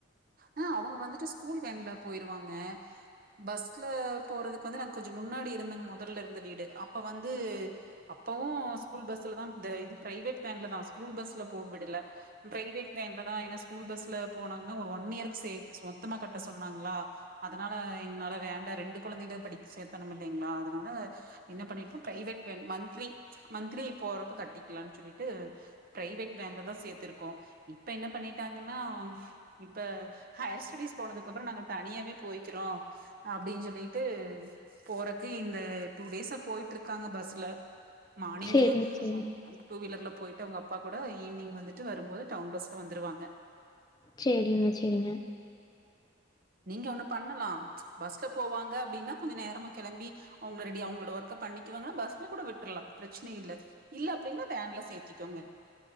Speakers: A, on the right; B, on the left.
A: ஆ அவங்க வந்துட்டு ஸ்கூல் வேன்ல போயிருவாங்க பஸ்ல போறதுக்கு வந்து நாங்க கொஞ்சோ முன்னாடி இருந்தங்க மொதல்ல இருந்த வீடு அப்ப வந்து அப்பவூ ஸ்கூல் பஸ்ல தா இந்த இது ப்ரைவெட் வேன்ல தா ஸ்கூல் பஸ்ல போ விடல ப்ரைவேட் வேன்ல தா ஏனா ஸ்கூல் பஸ்ல போனாங் க ஒரு ஒன் இயருக்கு சேக்ஸ் மொத்தமா கட்ட சொன்னாங்ளா அதனால எங்னால வேண்டா ரெண்டு கொழந்தைங்கள படி சேத்தனுமில்லைங்ளா அதனால என்ன பண்ணிருப்போ ப்ரைவேட் வேன் மன்த்லி மன்த்லி போறப்ப கட்டிக்லான் சொல்லிட்டு ப்ரைவேட் வேன்லதா சேத்திருக்கோ இப்ப என்ன பண்ணிட்டாங்கன்னா இப்ப ஹாயர் ஸ்டேடிஸ் போனதுக்கு அப்றோ நாங்க தனியாவே போய்க்றோ அப்டினு சொல்லீட்டு போறக்கு இந்த டூ டேஸா போயிட்ருக்காங்க பஸ்ல மானிங்கே
B: சேரிங்க சேரிங்க.
A: அவ் <unintelligible> டூ வீலர்ல பொயிட்டு அவுங்க அப்பா கூட ஈவ்னிங் வந்துட்டு வரும் போது டவுன் பஸ்ல வந்துருவாங்க
B: சேரிங்க சேரிங்க
A: நீங்க ஒண்ணு பண்ணலா பஸ்ல போவாங்க அப்டின்னா கொஞ்சோ நேரமா கெளம்பி அவங்கள ரெடி அவங்களோட ஒர்க்க பண்ணிக்குவாங்கன்னா பஸ்ல கூட விட்ரலா பிரச்சன இல்ல இல்ல அப்டின்னா வேன்ல சேத்திக்கோங்க